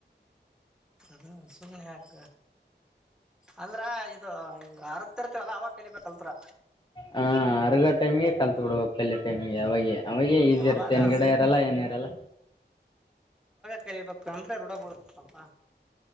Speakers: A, in the centre; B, on the left (about 25°).
A: ಅದು ಸುಮ್ನೆ ಯಾಕ. ಅಂದ್ರ ಅ ಹಂಗ ಆರಗ್ತಿರ್ತವಲ್ಲ ಅವಾಗ ಕಲಿಬೇಕ್ ಕಲ್ತರ.
B: ಹ ಅರ್ಗ ಟೈಮಿಗೆ ಕಲ್ತ್ ಬಿಡುಬೇಕ ಕಲ್ಲಯ ಟೈಮಿಗೆ ಅವಾಗೆ. ಅವಾಗೆ ಈಸಿ
A: ಅವಾಗ
B: ಇರುತ್ತೆ ಹೆನ್ಗಡೆ
A: ಸ್ವಲ್ಪ
B: ಇರಲ್ಲ ಏನ ಇರಲ್ಲ.
A: ಕರಿಬೇಕ ಅಂದ್ರೆ ರೂಡ ಬಿಳತ್ತ ಸ್ವಲ್ಪ.